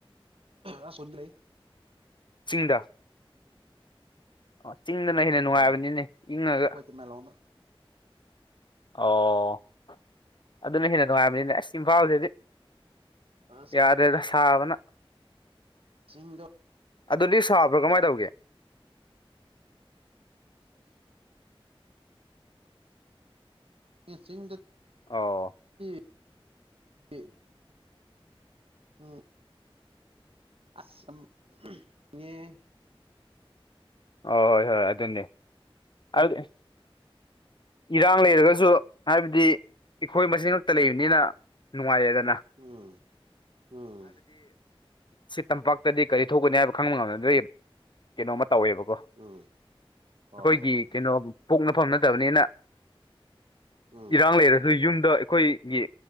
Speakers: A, on the right; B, on the left.
A: ꯑ ꯁꯅ ꯂꯩꯦ
B: ꯆꯤꯡꯗ ꯑꯣ ꯆꯤꯡꯗꯅ ꯍꯦꯟꯅ ꯅꯨꯡꯉꯥꯏꯕꯅꯤꯅꯦ
A: ꯍꯣꯏ
B: ꯏꯪꯉꯒ
A: ꯑꯩꯈꯣꯏ ꯃ ꯂꯥꯎꯅ
B: ꯑꯣ ꯑꯗꯨꯅ ꯍꯦꯟꯅ ꯅꯨꯡꯉꯥꯏꯕꯅꯤꯅꯦ ꯑꯁ ꯏꯝꯐꯥꯜꯁꯦꯗꯤ
A: ꯑꯁ
B: ꯌꯥꯗꯩ ꯁꯥꯕꯅ
A: ꯆꯤꯡꯗ
B: ꯑꯗꯨꯗꯤ ꯁꯥꯕ꯭ꯔꯥ ꯀꯃꯥꯏꯅ ꯇꯧꯒꯦ
A: ꯎ ꯗ
B: ꯑꯣ
A: ꯍ ꯎꯝ ꯑꯁꯝ ꯉꯦ
B: ꯑꯣ ꯍꯣꯏ ꯍꯣꯏ ꯑꯗꯨꯅꯤ ꯑꯗꯨꯗꯤ ꯏꯔꯥꯡ ꯂꯩꯔꯒꯁꯨ ꯍꯥꯏꯕꯗꯤ ꯑꯩꯈꯣꯏ ꯃꯁꯦꯜꯇ ꯂꯩꯕꯅꯤꯅ ꯅꯨꯡꯉꯥꯏꯌꯦꯗ
A: ꯎꯝ ꯎꯝ
B: ꯁꯤ ꯇꯝꯄꯥꯛꯇꯗꯤ ꯀꯔꯤ ꯊꯣꯛꯀꯅꯤ ꯍꯥꯏꯕ ꯈꯪꯕ ꯉꯝꯗꯥꯉꯩ ꯀꯩꯅꯣꯝꯃꯥ ꯇꯧꯋꯦꯕ ꯑꯩꯈꯣꯏꯒꯤ
A: ꯎꯝ ꯍꯣꯏ ꯍꯣꯏ
B: ꯀꯩꯅꯣ ꯄꯣꯛꯅꯐꯝ ꯅꯠꯇꯕꯅꯤꯅ
A: ꯍꯣꯏ
B: ꯏꯔꯥꯡ ꯂꯩꯔꯁꯨ ꯌꯨꯝꯗ ꯑꯩꯈꯣꯏꯒꯤ